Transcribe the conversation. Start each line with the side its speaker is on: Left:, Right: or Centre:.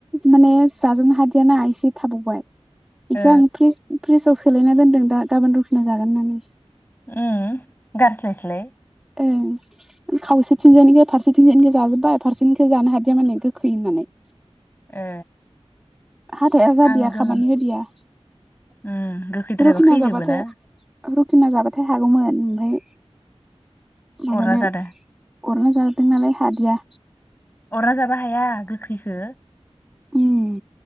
Centre: माने जाजोबनो हादियाना इसे थाबावबाय बेखौ
Left: ओ
Centre: आं फ्रिस-फ्रिजाव सोलायना दोन्दों दा गाबोन रुखिना जागोन होननानै।
Left: उम गारस्लाय स्लाय
Centre: ओं खावसेथिंजायनिखौ फारसेथिंजायनिखौ जाजोब्बाय फारसेनिखौ जानो हादिया माने गोखैमोन नानै
Left: ए
Centre: हाथाया जादिया
Left: आङो गोमोन
Centre: खामानि होदिया
Left: उम गोखैद्रायबा
Centre: रुखिना
Left: खैजोबो
Centre: जाबाथाय
Left: ना
Centre: रुखिना जाबाथाय हागौमोन ओमफाय माबानो
Left: अरना जादों
Centre: गरना जादों नालाय हादिया
Left: अरना जाबा हाया गोखैखो
Centre: उम